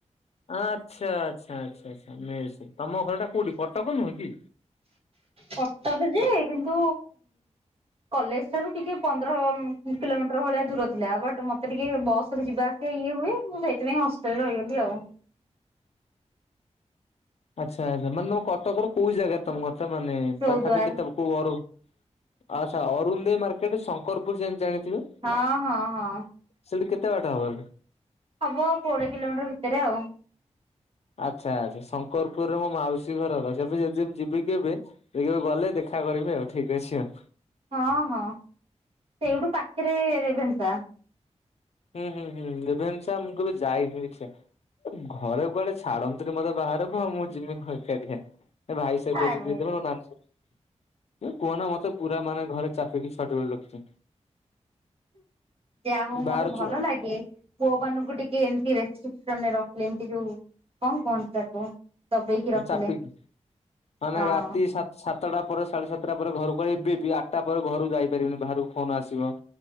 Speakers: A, on the left; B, on the right.
A: ଆଁ ଆଚ୍ଛା ଆଚ୍ଛା ଆଚ୍ଛା ଆଚ୍ଛା ମେସ ରେ ତମ ଘରଟା କୋଉଠି କଟକ ନୁହେଁ କି?
B: କଟକ ଯେ କିନ୍ତୁ କଲେଜ ସେଠୁ ଟିକେ ପନ୍ଦର କିଲୋମିଟର ଭଳିଆ ଦୂର ଥିଲା ବଟ୍ ମତେ ଟିକେ ବସରେ ଯିବା। ସେ ଇଏ ହୁଏ ମୁଁ ସେଇଥିପାଇଁ ଅସ୍ତରେ ରହିଗଲି ଆଉ
A: ଆଚ୍ଛା ଆଚ୍ଛା ମାନେ ତମ କଟକର କୋଉ ଜାଗା ରେ ତମ କଥା ମାନେ
B: ଚଉଦ୍ୱାର
A: ପାଖାପାଖି ତ ଅ ଆଚ୍ଛା ଅରୁନ୍ ଦେ ମାର୍କେଟ ଶଙ୍କରପୁର ଯେ ମିତି ଜାଣିଥିବେ।
B: ହଁ ହଁ ହଁ।
A: ସେଇଠୁ କେତେ ବାଟା ହବ?
B: ହବ କୋଡ଼ିଏ କିଲୋମିଟର ଭିତରେ ଆଉ।
A: ଆଚ୍ଛା ଆଚ୍ଛା ଶଙ୍କରପୁରରେ ମୋ ମାଉସୀ ଘରଛି ଏବେ ଯଦି ଯିବି କି ଏବେ ଦେଖିବୁ ଗଲେ ଦେଖା କରିବି ଆଉ ଠିକ ଅଛି ଆଉ।
B: ହଁ ହଁ ସେଇଠୁ ପାଖରେ ରେଭେନ୍ସା।
A: ହୁଁ ହୁଁ ହୁଁ ରେଭେନ୍ସା ମୁଁ କେବେ ଯାଇନି ରିକ୍ସା। ଘରେ କୁଆଡେ ଛାଡନ୍ତି ନି ମତେ ବାହାରକୁ ମୁଁ ଯିମି କଣ ଏକାଟିଆ? ଭାଇ ସହିତ
B: ଆରେ
A: ଯିବିଦିନ ନ- ନାନୀ ସ ଏ କୁହନା ମତେ ପୁରା ମାନେ ଘରେ ଚାପିକି ଛୁଆଟି ବେଳୁ ରଖିଛନ୍ତି।
B: ଯାହା ହଉ
A: ବାହାର
B: ମତେ ଭଲ
A: ଛୁଆ
B: ଲାଗେ? ପୁଅ ମାନଙ୍କୁ ଟିକେ ଏମିତି ରେଷ୍ଟ୍ରିକ୍ସନରେ ରଖିଲେ ଏମିତି ଯୋଉ କଣ କୁହନ୍ତିୁ ତାକୁ? ଦବେଇକି ରଖିଲେ
A: ଚାପିକି ମାନେ
B: ହଁ
A: ରାତି ସା ସାତଟା ପରେ ସାଢେ ସାତଟା ପରେ ଘରକୁ ଏବେ ବି ଆଠଟା ପରେ ଘରକୁ ଯାଇପାରିବନି ବାହାରକୁ ଫୋନ୍ ଆସିବ।